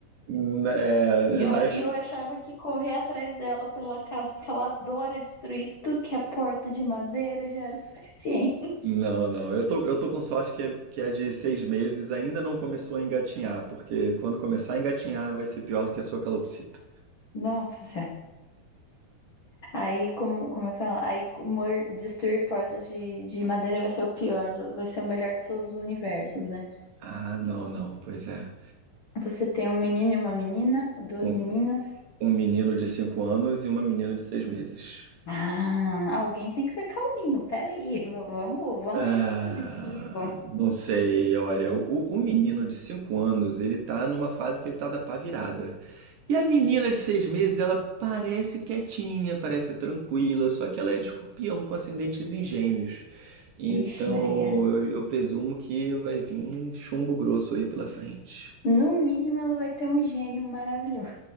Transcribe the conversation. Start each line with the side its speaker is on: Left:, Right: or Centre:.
Right: Hum, É,
Left: E eu,
Right: eu
Left: eu
Right: acho que
Left: achava que correr atrás dela pela casa, porque ela adora destruir tudo que é porta de madeira, já era o suficiente.
Right: Não, não. Eu tô, eu tô com sorte que é, que é de seis meses, ainda não começou a engatinhar, porque quando começar a engatinhar vai ser pior do que a sua calopsita.
Left: <laughs> Nossa, Aí, como, como é que fala? Aí, mor- destruir portas de, de madeira vai ser o pior, do- vai ser o melhor dos seus universos, né?
Right: Ah, não, não. Pois é.
Left: Você tem um menino e uma menina, duas
Right: Um,
Left: meninas.
Right: um menino de cinco anos e uma menina de seis meses.
Left: Ah, alguém tem que ser calminho, peraí, v- vamos, vamos
Right: Ah,
Left: pensar positivo.
Right: não sei, olha, o, o menino de 5 anos, ele tá numa fase que ele tá da pá virada. E a menina de 6 meses, ela parece quietinha, parece tranquila, só que ela é de escorpião com ascendentes em gêmeos. Então,
Left: Ixi, Maria.
Right: eu, eu presumo que vai vir chumbo grosso aí pela frente.
Left: No mínimo, ela vai ter um gênio maravilhoso.